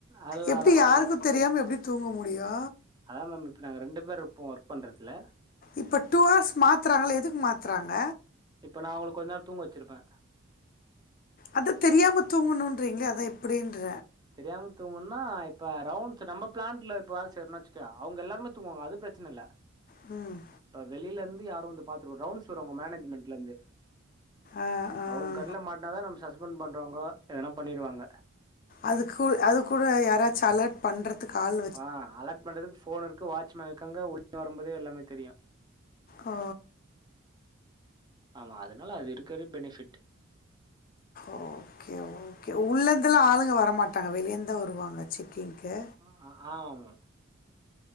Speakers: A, on the right; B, on the left.
A: அதெல்லாம்
B: எப்டி
A: அதெல்லாம் படுத்துக்கலாம்.
B: யாருக்கும் தெரியாம எப்டி தூங்க முடியு
A: அதா மேம் இப்ப நாங்க ரெண்டு பேரு இருப்போ ஒர்க் பண்றதுல
B: இப்போ டூ ஹர்ஸ் மாத்துறாங்ல்ல எதுக்கு மாத்துறாங்க
A: இப்ப நா உங்ள கொஞ்ச நேரோ தூங்க வச்சிருப்ப
B: அதா தெரியாம தூங்கணுன்றீங்ளே அதா எப்டின்ற
A: தெரியாம தூங்குன்னா இப்ப ரவுண்ட்ஸ் நம்ம பிளான்ட்ல இப்போ வேல செய்றன் வச்சுக்க அவுங் எல்லாருமே தூங்குவாங்க அது பிரச்சனல்ல
B: ம்
A: அ வெளிலருந்து யாரு வந்து பாத்துருவ ரவுண்டஸ் வருவாங்க மேனஜ்மெண்ட்லருந்து
B: ஆ ஆ
A: அவுங் கண்ல மாட்னா தா நம் சஸ்பெண்ட் பண்றவங்க எதன்னா பண்ணிடுவாங்க
B: அதுக்கு ஒ அதுக் கூட யாராச்சு அலட் பண்ட்றதுக்கு ஆளு
A: ஆ அலாட் பண்றதுக்கு ஃபோன் இருக்கு வாட்ச்மேன் இருக்காங்க உள்ள வரும்போதே எல்லாமே தெரியு
B: ஆ
A: ஆமா அதனால அது இருக்கறது பெனிஃபிட்
B: ஓகே ஓகே உள்ளருந்தெல்லா ஆளுங்க வரமாட்டாங்க வெளிய இருந்துதா வருவாங்க செக்கிங்க்கு
A: ஆ ஆமா மேம்